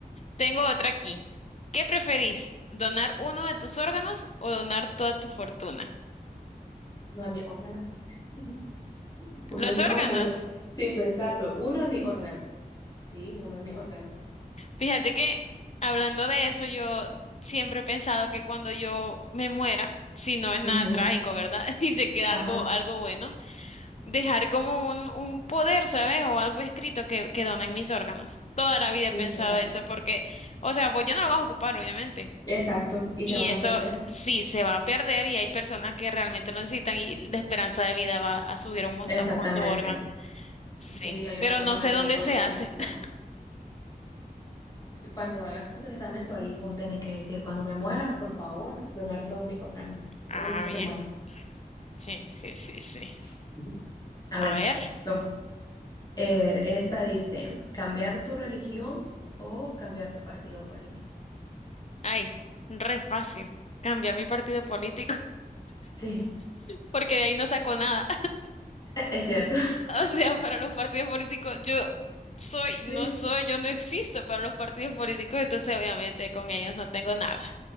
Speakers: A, on the left; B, on the left.
A: Tengo otra aquí. ¿Qué preferís? ¿Donar uno de tus órganos o donar toda tu fortuna?
B: Uno de mis órganos. <laughs> Uno
A: Los
B: de mis
A: órganos.
B: órganos, sin pensarlo. Uno de mis órganos. Sí, uno de mis órganos.
A: Fíjate que hablando de eso, yo siempre he pensado que cuando yo me muera, si no es nada
B: Ujú,
A: trágico, ¿verdad? <laughs> Y se queda
B: Ajá.
A: algo, algo bueno. dejar como un, un poder, ¿sabes? O algo escrito que, que donen mis órganos. Toda la vida
B: Sí,
A: he pensado
B: fíjate.
A: eso porque, o sea, pues yo no lo vas a ocupar, obviamente.
B: Exacto. Y
A: Y
B: se van
A: eso
B: a perder.
A: sí se va a perder y hay personas que realmente lo necesitan y la esperanza de vida va a subir un montón
B: Exactamente.
A: con tu órgano. Sí,
B: Sí, hay otra
A: pero
B: persona
A: no sé
B: que
A: dónde
B: lo podría
A: se hace.
B: necesitar
A: <laughs>
B: más. Cuando hagas tu testamento, ahí vos tenés que decir, cuando me muera, por favor, donar todos mis órganos,
A: Ah,
B: todos los que estén
A: bien.
B: buenos.
A: Sí, sí, sí, sí.
B: <laughs> A
A: A
B: ver,
A: ver.
B: yo. A ver, esta dice, cambiar tu religión o cambiar tu partido político.
A: Ay, re fácil. Cambiar mi partido político <laughs>
B: Sí,
A: porque de ahí no saco nada.
B: <laughs> es cierto.
A: <laughs> O sea, para los partidos políticos, yo soy,
B: Sí,
A: no soy, yo no existo para los partidos políticos, entonces obviamente con ellos no tengo nada.